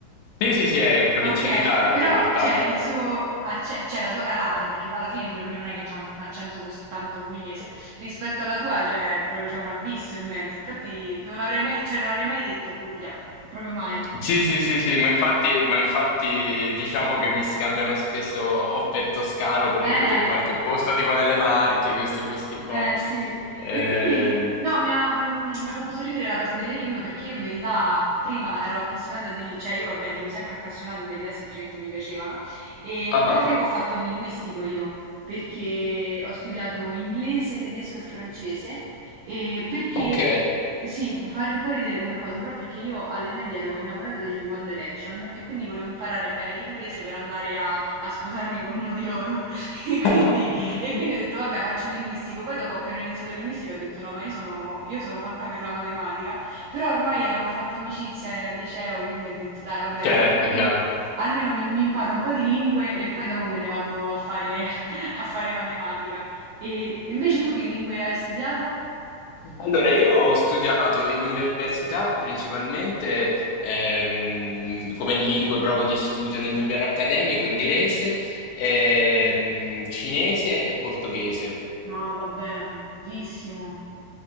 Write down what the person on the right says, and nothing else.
Okay,
però
cioè il suo acce cioè la sua calata, perché poi alla fine pure lui non è che c'ha un accento così tanto pugliese, rispetto alla tua cioè proprio c'è un abisso in mezzo. Infatti non avrei mai cioè non avrei mai detto Puglia, proprio mai.
Eh.
Eh sì,
e quindi no, mi ha, mm, mi ha fatto sorridere la cosa delle lingue perché io in verità prima ero appassionata di, li- cioè io vabbè dico sempre appassionato, in verità semplicemente mi piacevano e
tant'è che ho fatto il linguistico io perché ho studiato inglese, tedesco e francese e perché,
sì, fa fare un po' ridere come cosa, però perché io alle medie ero innamorata degli One Direction e quindi volevo imparare bene l'inglese per andare a a sposarmi con uno di loro <laughs> e quindi
e quindi ho detto, vabbè, faccio il linguistico. Poi dopo, appena ho iniziato il linguistico, ho detto, no, ma io sono, io sono fatta per la matematica. Però ormai avevo fatto amicizia eh, al liceo, quindi ho detto, dai, vabbè,
rimango qui.
Almeno mi, mi imparo un po' di lingue e poi dopo me ne vado a fare, <laughs> a fare matematica. E invece tu che lingue hai studiato?
No, vabbè, bellissimo.